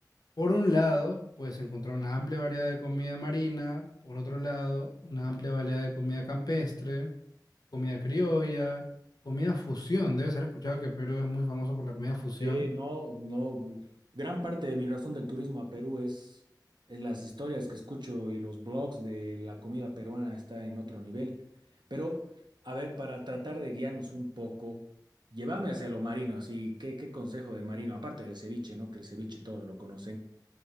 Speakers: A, on the left; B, on the right.
A: por un lado, puedes encontrar una amplia variedad de comida marina, por otro lado, una amplia variedad de comida campestre, comida criolla, comida fusión. Debes haber escuchado que Perú es muy famoso por la comida fusión.
B: Sí, no, no. Gran parte de mi razón del turismo a Perú es, es las historias que escucho y los blogs de la comida peruana está en otro nivel. Pero, a ver, para tratar de guiarnos un poco, llévame hacia lo marino, así, ¿qué, qué consejo de marino? Aparte del ceviche, ¿no? Que el ceviche todos lo conocen.